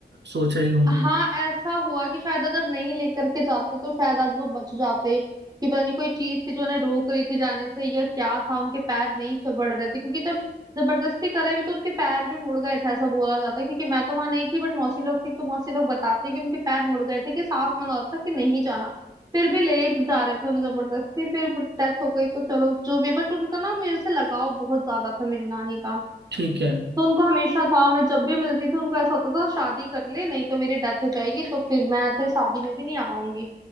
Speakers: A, on the right (about 80°); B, on the right (about 20°).
A: सोच रही होंगी
B: हाँ ऐसा हुआ कि शायद अगर नहीं लेकर के जाते तो शायद आज वो बच जाते कि पता नहीं कोई चीज थी जो उन्हें रोक रही थी जाने से या क्या था उनके पैर नहीं चबड़ रहे थे क्योंकि जब जबरदस्ती करे भी तो उनके पैर भी मुड़ गए थे ऐसा बोला जाता है क्योंकि मैं तो वहां नहीं थी बट मौसी लोग थी तो मौसी लोग बताते हैं कि उनके पैर मुड़ गए थे कि साफ मना हो रहा था कि नहीं जाना फिर भी ले जा रहे थे उन्हें जबरदस्ती फिर डेथ हो गई तो चलो जो भी बट उनका ना मेरे से लगाव बहुत ज्यादा था मेरी नानी का
A: ठीक है
B: तो उनको हमेशा था मैं जब भी मिलती थी उनको ऐसा होता था शादी कर ले नहीं तो मेरी डेथ हो जाएगी तो फिर मैं तेरी शादी में भी नहीं आ पाऊंगी